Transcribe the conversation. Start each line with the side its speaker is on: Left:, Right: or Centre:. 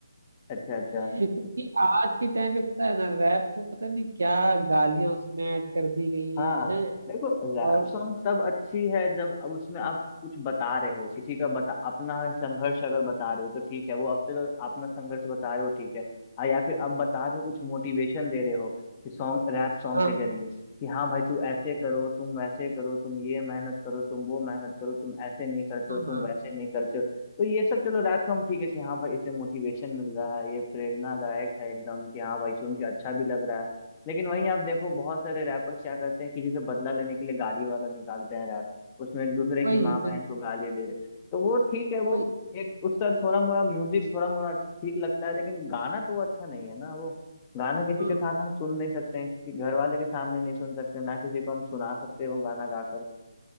Left: अच्छा अच्छा
Right: <laughs> क्योंकि आज के टाइम पे पता है ना रैप को पता नहीं क्या गालियां उसमें ऐड कर दी गई हैं
Left: हाँ
Right: हैं?
Left: देखो रैप
Right: और
Left: सॉन्ग तब अच्छी है जब अब उसमें आप कुछ बता रहे हो किसी का बता अपना संघर्ष अगर बता रहे हो तो ठीक है वो अपने तो अपना संघर्ष बता रहे हो ठीक है आ, या फिर आप बता रहे हो कुछ मोटिवेशन दे रहे हो कि सॉन्ग रैप सॉन्ग
Right: हाँ
Left: के जरिए कि हाँ भाई तू ऐसे करो तुम वैसे करो तुम ये मेहनत करो तुम वो मेहनत करो तुम ऐसे नहीं करते
Right: हाँ
Left: हो तुम
Right: हाँ
Left: वैसे नहीं करते हो तो ये सब चलो रैप सॉन्ग ठीक है कि हाँ भाई इसे मोटिवेशन मिल रहा है ये प्रेरणादायक है एकदम कि हाँ भाई सुन के अच्छा भी लग रहा है लेकिन वहीं आप देखो बहुत सारे रैपर्स क्या करते हैं कि जैसे बदला लेने के लिए गाली वाला निकालते हैं रैप उसमें एक दूसरे
Right: वही
Left: की माँ
Right: वही
Left: बहन को गाली दे रहे तो वो ठीक है वो
Right: वही
Left: एक उसका थोड़ा मोड़ा म्यूजिक थोड़ा मोड़ा ठीक लगता है लेकिन गाना तो वो अच्छा नहीं है ना वो गाना किसी
Right: हाँ
Left: के साथ हम सुन नहीं सकते हैं किसी घर वाले के सामने नहीं सुन सकते ना किसी को हम सुना सकते हैं वो गाना गाकर